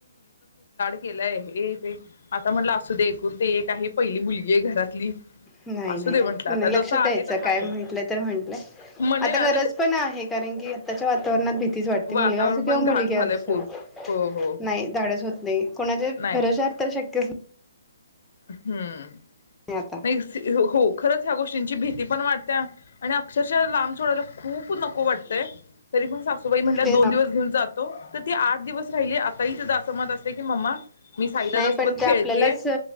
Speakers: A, on the left; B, in the centre.
A: केलंय हे ते आता म्हटलं असू दे ते एकुलती एक आहे पहिली मुल ये घरातली
B: नाही
A: असू
B: नाही
A: दे म्हंटलं आता
B: लक्षात
A: जसं आहे
B: द्यायचं
A: तसं
B: काय
A: आहे
B: म्हणतात तर म्हटलं
A: म्हणे
B: आता
A: ना
B: गरज पण आहे कारण की, आताच्या वातावरणात <unintelligible> तीच वाटते
A: वातावरण
B: मुलगा असो
A: पण
B: किंवा
A: घाण
B: मुलगी
A: झालंय
B: असो
A: फूर हो हो हो
B: नाही, धाडस होत. नाही कोणाचे
A: नाही
B: भरोशावर
A: नाही
B: तर शक्यच नाही.
A: हम्म
B: नाही आता
A: नाही. हो, खरंच ह्या गोष्टींची भीती पण वाटते आणि अक्षरशः लांब सोडायला खूप नको वाटतंय, तरी पण सासुबाई म्हटल्या
B: तेच
A: दोन दिवस घेऊन जातो तर ती आ दिवस राहिले आता ही हिज असं मत असते की, मम्मा मी साईदादा
B: नाही
A: सोबत
B: पण ते
A: खेळतेय
B: आपल्यालाच अ